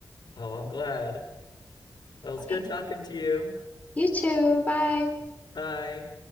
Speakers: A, on the left; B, on the left.
A: Oh, I'm glad. Well, it's
B: Okay.
A: good talking to you.
B: You too. Bye.
A: Bye.